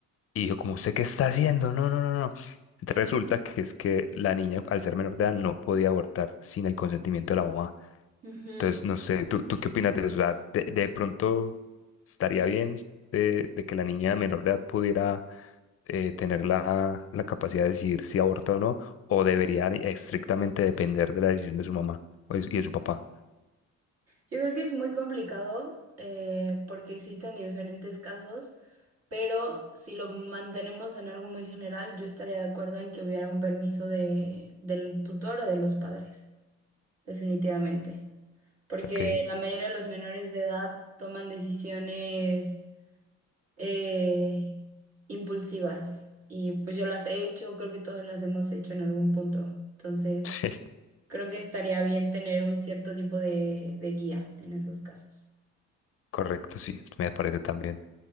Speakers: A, on the left; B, on the right.
A: y yo como, ¿usted qué está haciendo? No, no, no, no. Resulta que es que la niña, al ser menor de edad, no podía abortar sin el consentimiento de la mamá.
B: Ujú.
A: Entonces, no sé, ¿tú, tú qué opinas de eso? O sea, de, de pronto estaría bien de, de que la niña menor de edad pudiera eh, tener la, la capacidad de decidir si aborta o no, o debería estrictamente depender de la decisión de su mamá o de- y de su papá.
B: Yo creo que es muy complicado eh, porque existen diferentes casos, pero si lo mantenemos en algo muy general, yo estaría de acuerdo en que hubiera un permiso de, del tutor o de los padres, definitivamente. Porque
A: Ok, <laughs>
B: la mayoría de los menores de edad toman decisiones eh, impulsivas y pues yo las he hecho, creo que todos las hemos hecho en algún punto. Entonces,
A: sí,
B: creo que estaría bien tener un cierto tipo de de guía en esos casos.
A: correcto, sí, me parece también.